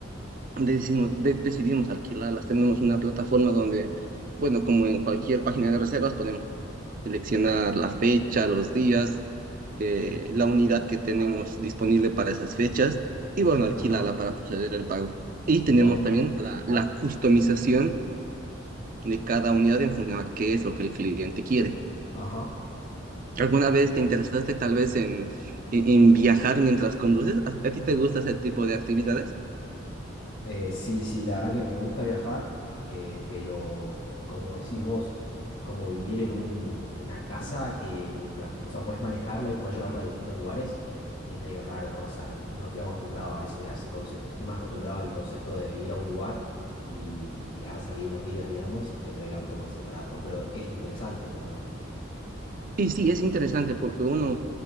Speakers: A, on the right (about 45°); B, on the left (about 70°).
A: decidimos, de- decidimos alquilarlas. Tenemos una plataforma donde, bueno, como en cualquier página de reservas, podemos seleccionar la fecha, los días eh, la unidad que tenemos disponible para esas fechas y bueno, alquílala
B: Ajá.
A: para proceder el pago. Y tenemos
B: Wow.
A: también la, la customización de cada unidad en función a qué es lo que el cliente quiere.
B: Ajá.
A: ¿Alguna vez te interesaste tal vez en, en, en viajar mientras conduces? ¿A, a ti te gusta ese tipo de actividades?
B: Eh, sí, sí, la verdad que me gusta viajar, eh, pero como decís vos, como vivir en un, en una casa que mientras, o sea, podés manejarla y podés llevarla a distintos lugares, es medio raro, ¿no? O sea, no estoy acostumbrado a ese, a ese concepto. Estoy más acostumbrado al concepto de ir a un lugar y, y quedarse ahí unos días, digamos, y tener el auto por separado, ¿no? Pero es interesante, digamos, ¿no?
A: Y sí, es interesante porque uno